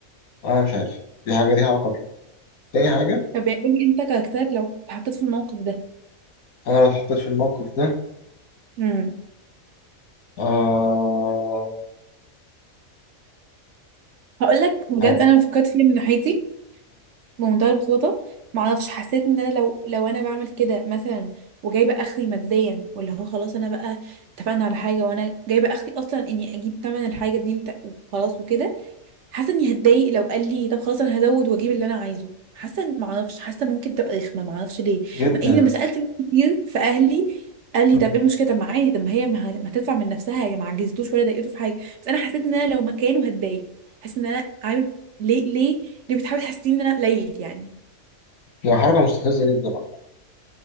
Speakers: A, on the left (about 85°); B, on the right (about 65°).
A: انا مش عارف دي حاجه ليها علاقه بيه تاني حاجه
B: طب يعني قولي انت كاركترك لو اتحطيت في الموقف ده
A: انا لو اتحطيت في الموقف ده
B: امم
A: آه...
B: هقول لك بجد
A: آه.
B: انا فكرت فيها من ناحيتي بمنتهى البساطة معرفش حسيت ان انا لو لو انا بعمل كده مثلا وجايبه اخري ماديا واللي هو خلاص انا بقى اتفقنا على حاجه وانا جايبه اخري اصلا اني اجيب تمن الحاجه دي وت- وخلاص وكده حاسه اني هتضايق لو قال لي طب خلاص انا هزود واجيب اللي انا عايزه حاسه إن- معرفش حاسه ممكن تبقى رخمه معرفش ليه
A: جدا
B: مع اني لما سالت ناس كتير في اهلي قال لي
A: مم.
B: طب ايه المشكله طب ما عادي طب ما هي ما ه- ما هتدفع من نفسها هي ما عجزتوش ولا ضايقته في حاجه بس انا حسيت ان انا لو مكانه هتضايق حاسه ان انا عارف ليه ليه ليه بتحاول تحسسني ان انا قليل يعني
A: هي حركة مستفزة جدا عامة.